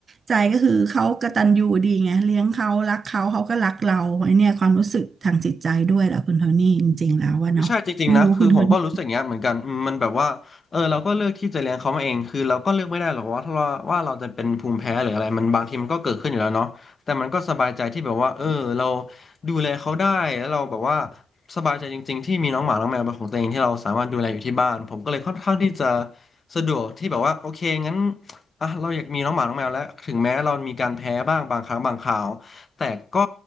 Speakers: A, on the right; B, on the left.
A: ใจก็คือเขากตัญญูดีไงเลี้ยงเขารักเขาเขาก็รักเราไอเนี่ยความรู้สึกทางจิตใจด้วยแหละคุณโทนี่จริงๆแล้วว่าเนาะไม่รู้คุณโทนี่
B: ใช่จริงๆนะคือผมก็รู้สึกอย่างเงี้ยเหมือนกันอืมมันแบบว่าเออเราก็เลือกที่จะเลี้ยงเขามาเองคือเราก็เลือกไม่ได้หรอกว่าถ้าว่าว่าเราจะเป็นภูมิแพ้หรืออะไรมันบางทีมันก็เกิดขึ้นอยู่แล้วเนาะแต่มันก็สบายใจที่แบบว่าเออเราดูแลเขาได้แล้วเราแบบว่าสบายใจจริงๆที่มีน้องหมาน้องแมวเป็นของตัวเองที่เราสามารถดูแลอยู่ที่บ้านผมก็เลยค่อนข้างที่จะสะดวกที่แบบว่าโอเคงั้นอ่ะเราอยากมีน้องหมาน้องแมวแล้วถึงแม้เรามีการแพ้บ้างบางครั้งบางคราว แต่ก็